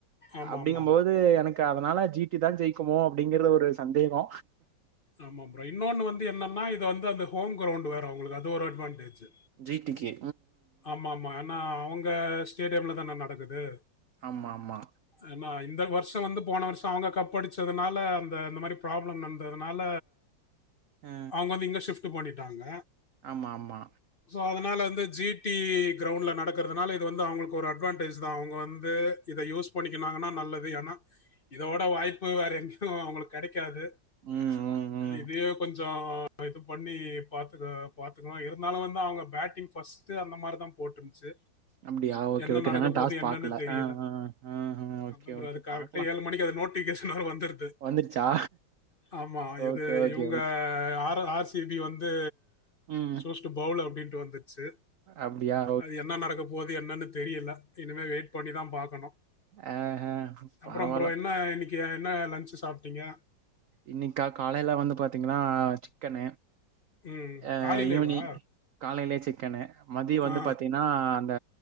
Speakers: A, on the left (about 40°); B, on the right (about 80°).
A: ஆமாம்
B: அப்டிங்கு
A: ஆமாம் ஆமாம்
B: போது எனக்கு கு அதனால ஜீ டி தா ஜெயிக்குமோ அப்டிங்கறது ஒரு சந்தேகொ
A: ஆமா ப்ரோ இன்னொன்னு வந்து என்னன்னா இத வந்து அந்த ஹோம் கிரௌண்டு வேர அவுங்களுக்கு அது ஒரு அட்வான்டேஜு
B: ஜி டி கி
A: ஆமா ஆமா ஏன்னா அவுங்க ஸ்டேடியம்ல தான நடக்குது
B: ஆமா ஆமா
A: ஏன்னா இந்த வருஷ வந்து போன வருஷ அவுங்க கப்படிச்சதனால அந்த இந்த மாரி ப்ராப்ளம் நடந்ததுனால
B: அ
A: அவுங்க வந்து இங்க ஷிஃப்டு பண்ணிட்டாங்க
B: ஆமா ஆமா
A: சோ அதனால வந்து ஜீ டி க்ரவுண்ட்ல நடக்கறதுனால இது வந்து அவுங்களுக்கு ஒரு அட்வான்டேஜ் தா அவுங்க வந்து இத யூஸ் பண்ணிக்கனாங்கன்னா நல்லது ஏன்னா இதோட வாய்ப்பு வேற எங்க கூ அவுங்களுக்கு கெடைக்காது
B: ம் ம் ம்
A: இதே கொஞ்சோ இது பண்ணி பாத்துக்கோ பாத்துக்கணு இருந்தாலு வந்து அவுங்க பேட்டிங் ஃபர்ஸ்ட் டு அந்த மாரிதா போட்டுருந்ச்சு
B: அப்படியா ஓகே
A: என்ன
B: ஓகே
A: நடக்க
B: நானா
A: போது
B: டாஸ்
A: என்னன்னு
B: பாக்கல
A: தெரியல
B: அ அ அ ம் ஓகே
A: <unintelligible>
B: ஓகே
A: அது கரெக்ட
B: பாக்கலாம்
A: ஏழு மணிக்கு அத நோட் டிகேசனோட வந்துரு து
B: வந்துருச்சா
A: ஆமா இது
B: ஓகே ஓகே
A: இவுங்க
B: ஓகே
A: ஆரோ ஆ ர் சி பி வந்து
B: ம்
A: சூஸ்டு பவுலு அப்டின்டு வந்துருச்சு
B: அப்டியா
A: அது என்ன நடக்க போது என்னன்னு தெரியல இனிமே வெயிட் பண்ணி தா பாக்கணு
B: ஆஹ
A: அப்பறோ
B: பரவால்ல
A: ப்ரோ என்ன இன்னக்கி என்ன லன்சு சாப்ட்டிங்க
B: இன்னைக்கு கா காலையில வந்து பாத்தீங்கன்னா அ சிக்கனு
A: ம்
B: அ
A: காலையிலேவா
B: ஈவ்னிங் காலையிலே சிக்கனு மதிய வந்து
A: ஆ
B: பாத்தீங்னா அந்த